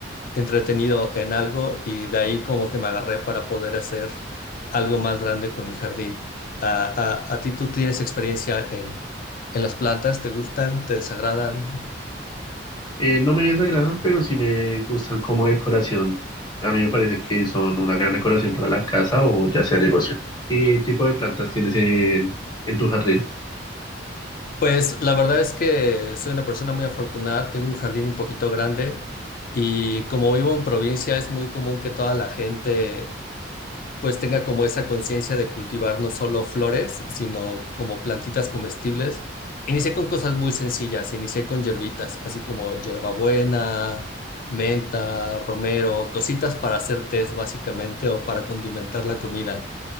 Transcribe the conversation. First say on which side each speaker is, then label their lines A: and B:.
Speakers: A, on the left; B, on the left.
A: entretenido en algo y de ahí como que me agarré para poder hacer algo más grande con mi jardín. ¿A, a- a ti tú tienes experiencia en, en las plantas? ¿Te gustan? ¿Te desagradan?
B: Eh, no me desagradan, pero sí me gustan como decoración. A mí me parece que son una gran decoración para la casa o ya sea negocio. ¿Qué tipo de plantas tienes en, en tu jardín?
A: Pues la verdad es que soy una persona muy afortunada, tengo un jardín un poquito grande y como vivo en provincia es muy común que toda la gente pues tenga como esa conciencia de cultivar no solo flores, sino como plantitas comestibles. Inicié con cosas muy sencillas, inicié con hierbitas, así como hierbabuena, menta, romero, cositas para hacer tés básicamente o para condimentar la comida.